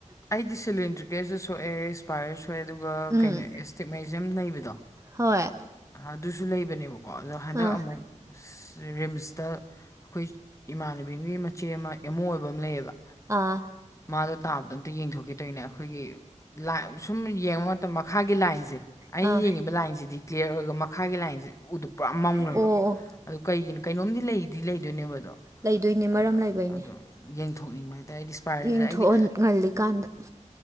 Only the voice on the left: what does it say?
ꯑꯩꯗꯤ ꯁꯤꯂꯤꯟꯗ꯭ꯔꯤꯀꯦꯜꯁꯨ ꯁꯣꯛꯑꯦ ꯑꯦꯁꯄꯥꯏꯌꯔ ꯁꯣꯛꯑꯦ ꯑꯗꯨꯒ
ꯀꯩꯅꯣ ꯑꯦꯁꯇꯤꯛꯃꯥꯏꯖꯌꯝ ꯂꯩꯕꯗꯣ
ꯑꯗꯨꯁꯨ ꯂꯩꯕꯅꯦꯕꯀꯣ ꯑꯗꯣ ꯍꯟꯗꯛ
ꯑꯃꯨꯛ ꯔꯤꯝꯁꯇ ꯑꯩꯈꯣꯏ ꯏꯃꯥꯟꯅꯕꯤꯒꯤ ꯃꯆꯦ ꯑꯃ ꯑꯦꯝ ꯑꯣ ꯑꯣꯏꯕ ꯑꯃ ꯂꯩꯌꯦꯕ
ꯃꯥꯗꯣ ꯇꯥꯕꯗꯣ ꯑꯝꯇ ꯌꯦꯡꯊꯣꯛꯈꯤꯗꯣꯏꯅꯦ ꯑꯩꯈꯣꯏꯒꯤ ꯁꯨꯝ ꯌꯦꯡꯕ ꯃꯇꯝ ꯃꯈꯥꯒꯤ ꯂꯥꯏꯟꯁꯦ ꯑꯩꯅ
ꯌꯦꯡꯉꯤꯕ ꯂꯥꯏꯟꯁꯤꯗꯤ ꯀ꯭ꯂꯤꯌꯥꯔ ꯑꯣꯏꯔꯒ ꯃꯈꯥꯒꯤ ꯂꯥꯏꯟꯁꯤ ꯎꯗꯨ ꯄꯨꯔꯥ ꯃꯝꯈ꯭ꯔꯕ
ꯑꯗꯨ ꯀꯩꯒꯤꯅꯣ ꯀꯩꯅꯣꯝꯗꯤ ꯂꯩꯗꯤ ꯂꯩꯗꯣꯏꯅꯦꯕꯗꯣ
ꯑꯗ
ꯑꯗꯣ ꯌꯦꯡꯊꯣꯛꯅꯤꯡꯕ ꯍꯥꯏꯇꯥꯔꯗꯤ ꯄꯥꯏꯔꯤꯁꯦ
ꯑꯩꯗꯤ